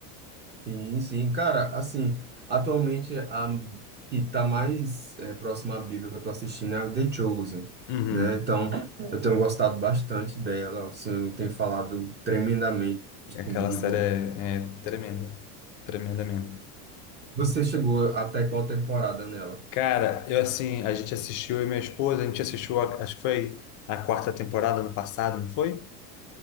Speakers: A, on the right; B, on the left.
A: Sim, sim. Cara, assim, atualmente a que tá mais eh, próxima à Bíblia que eu tô assistindo é a The Chosen,
B: Uhum.
A: né? Então, eu tenho gostado bastante dela, assim, tem falado tremendamente
B: Aquela
A: comigo.
B: série é, é tremenda, tremenda mesmo.
A: Você chegou até qual temporada nela?
B: Cara, eu assim, a gente assistiu, eu e minha esposa, a gente assistiu, a- acho que foi a quarta temporada ano passado, não foi?